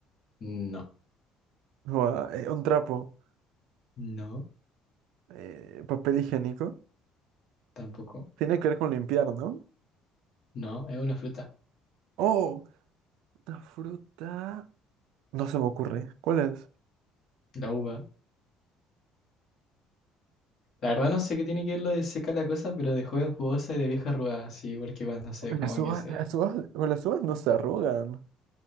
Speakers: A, on the left (about 40°); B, on the right (about 85°).
A: No.
B: Gua- eh, Un trapo.
A: No.
B: Eh, papel higiénico.
A: Tampoco.
B: Tiene que ver con limpiar, ¿no?
A: No, es una fruta.
B: Oh, una fruta. No se me ocurre. ¿Cuál es?
A: La uva. La verdad no sé qué tiene que ver lo de seca la cosa, pero de joven jugosa y de vieja arrugada. Sí, porque cuando se...
B: Las
A: como que
B: uvas,
A: se...
B: las uvas, con las uvas no se arrugan.